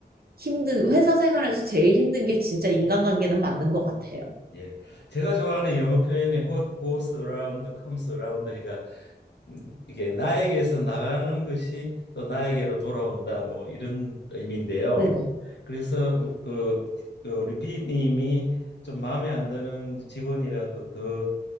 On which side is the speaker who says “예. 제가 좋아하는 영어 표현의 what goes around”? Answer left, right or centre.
Left